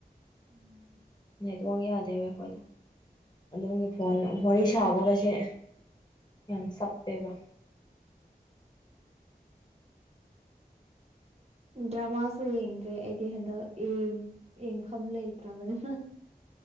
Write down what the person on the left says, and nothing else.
ꯅꯦꯠꯋꯥꯛ ꯌꯥꯗꯦꯕ ꯑꯩꯈꯣꯏꯗ ꯑꯗꯨꯒꯤ ꯐꯣꯟ ꯋꯥꯔꯤꯁꯥ ꯁꯥꯕꯒꯁꯦ ꯌꯥꯝ ꯆꯥꯞꯄꯦꯕ